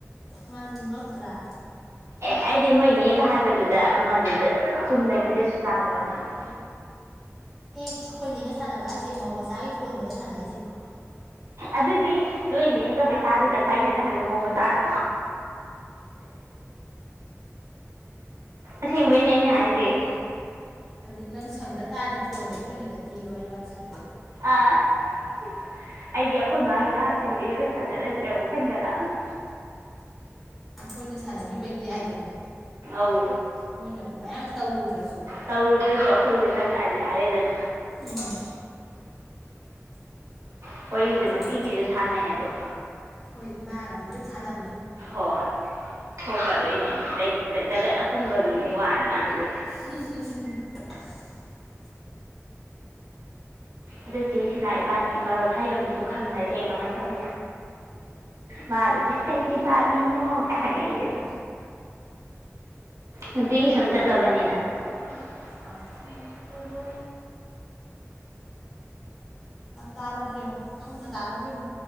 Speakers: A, in the centre; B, on the right.
A: ꯃꯥꯁꯨ ꯉꯛꯇ꯭ꯔꯥ
B: ꯑꯦ ꯑꯩꯗꯤ
A: ꯅꯣꯏ
B: ꯅꯣꯏꯅꯦꯒ ꯍꯥꯏꯕꯗꯨꯗ ꯃꯗꯨꯗ ꯆꯨꯝꯅꯒꯤꯗꯁꯨ ꯇꯥꯗꯕ ꯃꯥꯟꯕ
A: ꯑꯦ ꯑꯩꯈꯣꯏꯅꯦꯒ ꯁꯥꯟꯅꯕ ꯍꯥꯏꯁꯦ ꯃꯧ ꯃꯆꯥꯒꯤ ꯐꯣꯟꯗꯅꯦ ꯁꯥꯟꯅꯩꯁꯦ
B: ꯑꯗꯨꯗꯤ ꯅꯣꯏꯅꯦꯒ ꯄꯩꯁꯥꯗꯨ ꯇꯪꯈꯥꯏ ꯌꯦꯅ ꯍꯜꯂꯣ ꯃꯎ ꯃꯆꯥꯗꯣ ꯑꯁꯦꯡꯕꯩꯅꯦ ꯑꯩꯅ ꯍꯥꯏ ꯆꯦ
A: ꯍꯥꯏꯕꯗꯤ ꯅꯪ ꯁꯪꯗ ꯇꯥꯔꯗꯤ ꯐꯣꯟꯗꯣ ꯑꯩꯈꯣꯏ ꯅꯦꯗ ꯄꯤꯌꯣ ꯑꯩ ꯋꯥꯔꯤ ꯁꯅ
B: ꯑ ꯑꯩꯗꯤ ꯑꯩꯈꯣꯏ ꯃꯥꯒꯤꯗ ꯍꯥꯞꯆꯤꯟꯕꯤꯔꯒ ꯁꯥꯟꯅꯔ <unintelligible> ꯈꯟꯒꯠꯂꯀꯥꯕꯅꯤ
A: ꯑꯩꯈꯣꯏꯅ ꯁꯥꯟꯅꯈꯤꯕꯩꯗꯤ ꯌꯥꯏꯗꯅ
B: ꯑꯧ
A: ꯃꯣꯏꯅ ꯃꯌꯥꯝ ꯇꯧꯔꯨꯗ꯭ꯔꯁꯨ
B: ꯇꯧꯔꯨꯗ꯭ꯔꯁꯨ ꯑꯩꯈꯣꯏꯗ ꯆꯪꯉꯛꯑꯗꯤ ꯌꯥꯔꯦꯗꯅ
A: ꯎꯝ
B: ꯍꯈꯣꯏꯁꯨ ꯅꯨꯄꯤꯒꯤꯁꯨ
A: ꯑꯗꯨꯝ
B: ꯁꯥꯟꯅꯩ ꯑꯗꯨꯝ
A: ꯍꯣꯏ ꯏꯃꯥꯒꯗꯤ ꯑꯗꯨꯝ ꯁꯥꯟꯅ__
B: ꯍꯣꯏ ꯊꯣꯛꯀꯗꯣꯏꯅꯦ ꯖꯒꯠ ꯑꯄꯨꯝꯕꯒꯤ ꯃꯤ ꯋꯥꯅꯤ ꯉꯥꯡꯗꯣꯏꯁꯦ
A: <unintelligible>
B: ꯑꯗꯨ ꯆꯦ ꯁꯤꯂꯥ ꯏꯕꯥꯅꯤ ꯄꯔꯣꯊꯥ ꯌꯣꯟꯕꯤꯗꯨ ꯈꯪꯅꯔꯛꯑꯦ ꯀꯃꯥꯏ ꯇꯧ__ ꯃꯥ ꯑꯗꯨ ꯏꯁ ꯀꯩ__ ꯗꯤꯄꯥꯔꯠꯃꯦꯟꯅꯣꯒ ꯍꯪꯉꯛꯏꯗꯨꯗꯤ ꯅꯨꯇꯤꯒꯤ ꯁꯨꯝ ꯆꯠꯂꯕꯅꯤꯅ ꯍꯣꯏ
A: ꯑꯧ ꯇꯔꯥꯕ꯭ꯔꯦ ꯍꯎꯅ ꯇꯥꯔ__ ꯂꯕ